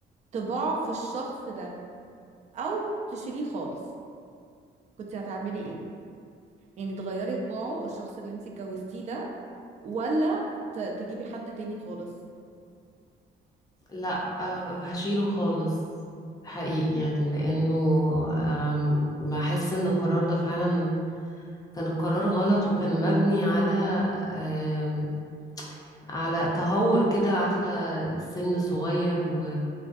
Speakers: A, on the right; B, on the left.
A: طباع في الشخص ده او تشيليه خالص كنت هتعملي ايه يعني تغيري طباعه الشخص اللي انت اتجوزتيه ده ولا ت- تجيبي حد تاني خالص
B: لا آه، هشيله خالص حقيقي يعني لانه آم، بحس ان القرار ده فعلا كان القرار غلط وكان مبني على آم، على تهور كده عارفة السن الصغير و